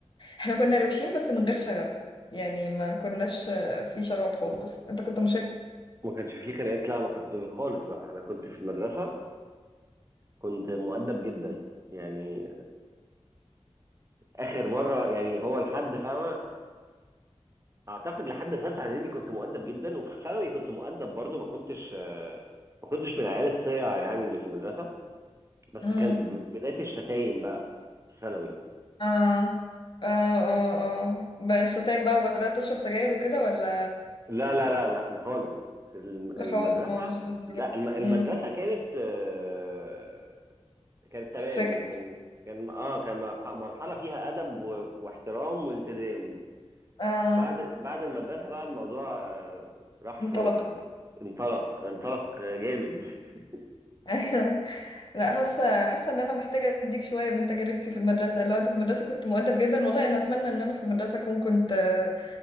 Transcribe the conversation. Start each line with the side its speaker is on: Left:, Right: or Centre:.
Left: احنا كنا روشين بس من غير شغب يعني ما كناش في شغب خالص انت كنت
Right: ما كانش فيه خناقات لا ما كنت خالص بقى انا كنت في المدرسه كنت مؤدب جدا يعني اخر مره يعني هو لحد فاهمه اعتقد لحد ثالثه اعدادي كنت مؤدب جدا وفي ثانوي كنت مؤدب برضو ما كنتش آه، ما كنتش من العيال الصيع يعني اللي في المدرسه بس
Left: مشاغب؟
Right: كانت ب- بدايه الشتايم بقى في ثانوي
Left: اه اه اه اه بقى شتايم بقى وبدأت تشرب سجاير وكده ولا
Right: لا لا لا لا خالص في الم-
Left: لا
Right: المدرسه
Left: خالص ما هو مش للدرجة
Right: لا
Left: دي
Right: الم- المدرسه
Left: امم
Right: كانت آه، كانت تمام
Left: ستريكت
Right: كان كان اه كان مرح- مرحله فيها ادب و- واحترام والتزام
Left: اه
Right: بعد بعد المدرسه بقى الموضوع آه، راح
Left: انطلقت
Right: في في- انطلق انطلق جامد <laughs>
Left: <laughs> لا حاسه حاسه ان انا محتاجه اديك شويه من تجربتي في المدرسه لو انت في المدرسه كنت مؤدب جدا والله انا اتمنى ان انا في المدرسه اكون كنت آه،